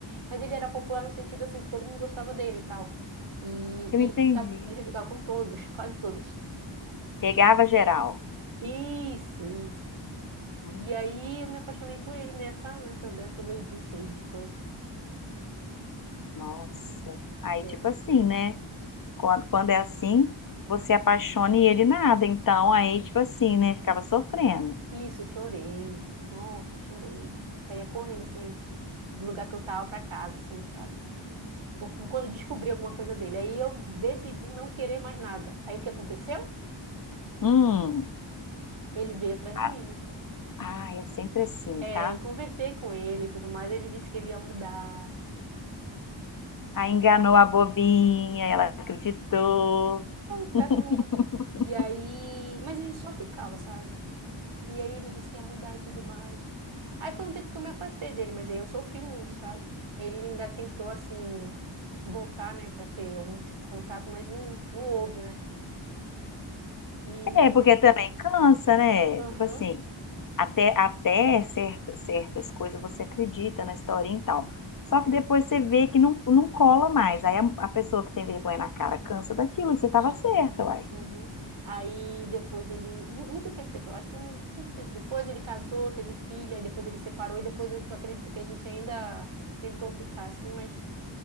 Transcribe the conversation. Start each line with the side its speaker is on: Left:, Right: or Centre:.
Right: Mas ele era popular no sentido assim que todo mundo gostava dele e tal. E,
Left: Eu
Right: e
Left: entendi.
Right: ele ficava, ele ficava com todas, <laughs> quase todas.
Left: Pegava geral.
Right: Isso, isso.
Left: Hum,
Right: E aí eu me apaixonei por ele nessa, nessa, dessa doidice aí de coisa.
Left: nossa. Aí,
Right: É.
Left: tipo assim, né? Quando, quando é assim, você apaixona e ele nada. Então, aí, tipo assim, né? Ficava sofrendo.
Right: Isso, chorei. Nossa, chorei. Saía correndo assim do lugar que eu tava pra casa, assim, sabe? Porque quando eu descobri alguma coisa dele, aí eu decidi não querer mais nada. Aí o que aconteceu?
Left: Hum,
Right: Ele veio atrás
Left: a-
Right: de mim, né?
Left: ai, é sempre assim,
Right: É,
Left: tá?
Right: eu conversei com ele e tudo mais. Ele disse que ele ia mudar.
Left: Aí enganou a bobinha, ela acreditou.
Right: Caramba.
Left: <laughs>
Right: E aí, mas a gente só ficava, sabe? E aí ele disse que ia mudar e tudo mais. Aí foi um tempo que eu me afastei dele, mas aí eu sofri muito, sabe? Ele ainda tentou assim voltar, né, Pra ter algum tipo de contato, mas não não houve, né? E
Left: É, porque também cansa, né?
Right: aham,
Left: Tipo assim, até, até certa- certas coisas você acredita na historinha e tal. Só que depois você vê que não, não cola mais. Aí a, a pessoa que tem vergonha na cara cansa daquilo e você tava certa, uai.
Right: uhum. Aí depois ele, mu- muito tempo depois, acho que um- muito tempo depois ele casou, teve filha, e depois ele separou e depois ele- tu acredita que a gente ainda tentou ficar assim, mas